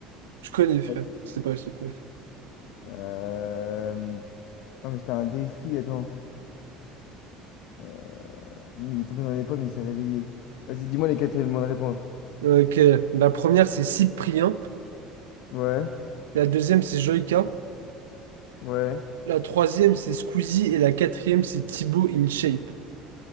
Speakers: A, on the right; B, on the left.
A: Tu connais, frère.
B: Ouais.
A: C'était pas eux, c'était pas
B: Euh, Ah, mais c'était un défi, attends. Euh, Mais il est tombé dans les pommes, il s'est réveillé. Vas-y, dis-moi les quatre éléments de réponse.
A: eux. Ok, la première, c'est Cyprien.
B: Ouais,
A: La deuxième, c'est Joyka.
B: ouais.
A: La troisième, c'est Squeezie. Et la quatrième, c'est Thibaut InShape.